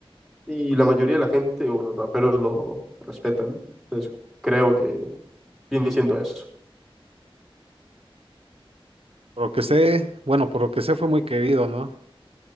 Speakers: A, in the centre; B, on the right.
A: y la mayoría de la gente o los raperos lo respetan. Entonces, creo que viene siendo eso.
B: Por lo que sé, bueno, por lo que sé fue muy querido, ¿no?